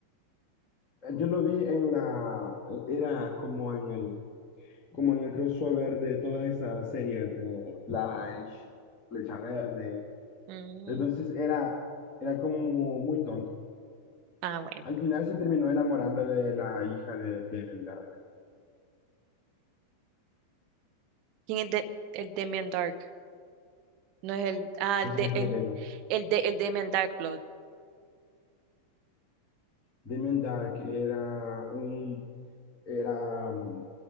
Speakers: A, on the left; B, on the right.
A: Yo lo vi en la, era como en el, como en el crossover de todas esas series de Flash, Flecha Verde.
B: Mm,
A: Entonces era, era como muy tonto.
B: ah, bueno.
A: Al final se terminó enamorando de la hija de Damien Dark.
B: ¿Quién es de- el Demian Dark? No es el. Ah,
A: No
B: el
A: sabes
B: de,
A: quién
B: el,
A: es Damien.
B: el de, el Damon Darkblood.
A: Damien Dark era un, era, um,